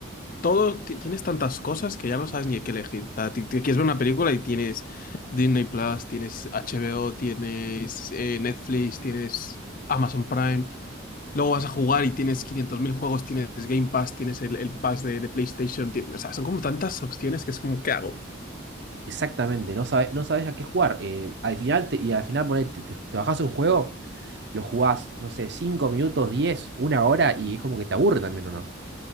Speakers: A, on the left; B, on the right.
A: Todo, ti- tienes tantas cosas que ya no sabes ni qué elegir. O sea, ti- ti quieres ver una película y tienes Disney Plus, tienes HBO, tienes eh, Netflix, tienes Amazon Prime. Luego vas a jugar y tienes 500.000 juegos, tienes Game Pass, tienes el, el Pass de, de PlayStation. ti- O sea, son como tantas opciones que es como, ¿qué hago?
B: Exactamente, no sabes, no sabes a qué jugar. eh, al final te- y al final ponele, te, te- te bajás un juego, lo jugás, no sé, 5 minutos, diez una hora, y es como que te aburre también, ¿o no?